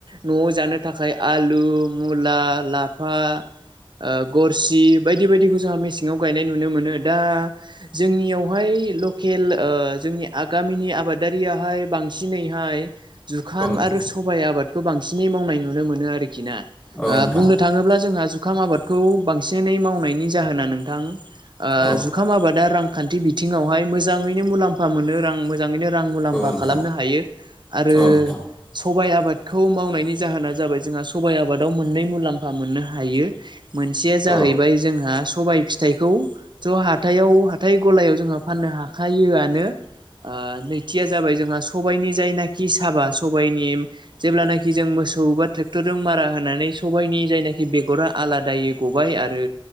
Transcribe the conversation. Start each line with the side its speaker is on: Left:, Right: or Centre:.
Right: नआव जानो थाखाय आलु, मुला, लाफा ओ गरसि बायदि बायदिखौ जोंहा मेसेंङाव गायनाय नुनो मोनो दा जोंनियावहाय लकेल ओ जोंनि आ गामिनि आबादारियाहाय बांसिनैहाय जुखाम
Left: औ नोंथां
Right: आरो सबाइ आबादखौ बांसिनै मावनाय नुनो मोनो आरो ओ
Left: औ नोंथां
Right: बुंनो थांङोब्ला जोंहा जुखाम आबादखौ बांसिनै माव जाहोना नोंथां ओ
Left: औ
Right: जुखाम आबादा रांखान्थि बिथिंङावहाइ मोजां <unintelligible> मुलामफा मोनो रां मोजांङैनो रां मुलाम्फा
Left: औ नोंथां
Right: खालामनो हायो आरो
Left: औ नोंथां
Right: सबाया आबादखौ मावनायनि जाहोना जाबाय जोंहा सबाइ आबादाव मोननै मुलाम्फा मोननो हायो मोनसेया
Left: औ
Right: जाहैबाय जोंहा स सबायाइ फिथाइखौ ज हाथायाव हाथाय गलायाव जोंहा फाननो हाखायोआनो ओ नैथिया जाबाय जोंहा सबायाइनि जायनाखि साबा सबाइनि जेब्लानाखि जों सौ बा ट्रेक्टरजों मारा होनानै सबायनि जायनाखि बेगरा आलादै गबाय आरो